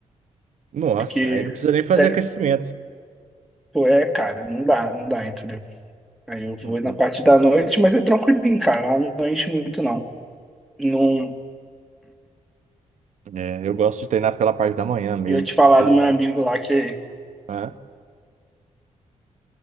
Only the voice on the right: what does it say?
Nossa,
aí não precisa nem fazer
aquecimento.
Uhum.
É, eu gosto de treinar pela parte da manhã mesmo,
porque
né,